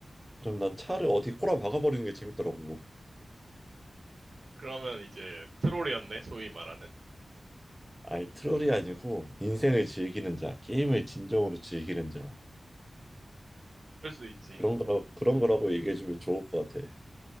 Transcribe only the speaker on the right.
그러면 이제 트롤이었네, 소위 말하는.
그럴 수 있지.